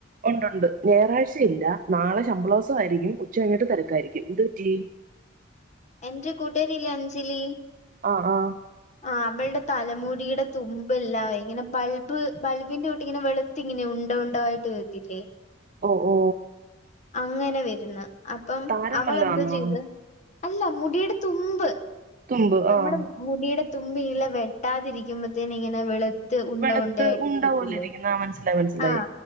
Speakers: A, on the right; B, on the left.
A: ണ്ടുണ്ട് ഞായാഴ്ച ഇല്ല നാളെ ശമ്പള്ളോസം ആയിരിക്കും ഉച്ച കഴിഞ്ഞിട്ട് തിരക്കായിരിക്കും എന്ത് പറ്റി.
B: എന്റെ കുട്ടാരില്യേ അഞ്ജലി.
A: ആഹ ആഹ.
B: ആഹ. അവളുടെ തലമുടിയുടെ തുമ്പലാവേ ഇങ്ങനെ ബൾബ് ബൾബിന്റോട്ടെ ഇങ്ങനെ വെളുത്തി ഇങ്ങനെ ഉണ്ട. ണ്ടായിട്ട് വരത്തില്ലേ.
A: ഓ ഓ.
B: അങ്ങനെ വരുന്ന അപ്പം
A: താരൻ
B: അവളെന്തോ
A: വല്ലതാന്നോ
B: ചെയ്ത് അല്ല മുടിയുടെ തുമ്പ്
A: തുമ്പ്
B: നമ്മുടെ
A: ആഹ്
B: മുടിയുട. തുമ്പില്ല വെട്ടാതിരിക്കുമ്പത്തേന ഇങ്ങനെവെളു ത്ത് ഉണ്ടൊണ്ട
A: വെളുത്ത്
B: ആയിട്ടരിക്കത്തില്ലേ
A: ഉണ്ട പോലെ ഇരിക്കുന്ന ആഹ് മനസ്സിലായി മനസ്സിലായി
B: ആ